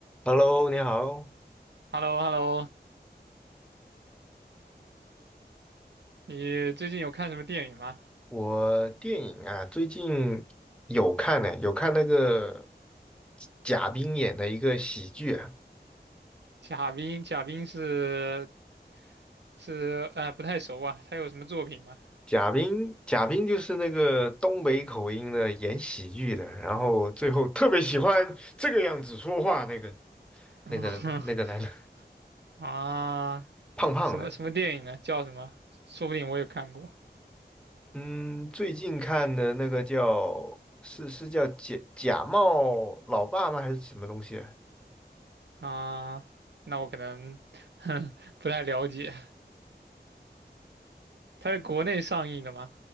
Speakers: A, in the centre; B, on the right.
A: Hello，你好。
B: h e l l o h e l l o 你最近有看什么电影吗？
A: 我电影啊，最近有看呢、有看那个贾冰演的一个喜剧啊
B: 贾冰，贾冰是是呃不太熟啊，他有什么作品吗？
A: 贾冰，贾冰就是那个东北口音的演喜剧的，然后最后特别喜欢这个样子说话那个
B: <laughs>
A: 那个那个男的，
B: 啊，
A: <laughs> 胖胖的。
B: 什么什么电影呢？叫什么？说不定我有看过
A: 嗯，最近看的那个叫是是叫假假冒老爸吗？还是什么东西啊
B: 啊，那我可能 <laughs> 不太了解。他是国内上映的吗？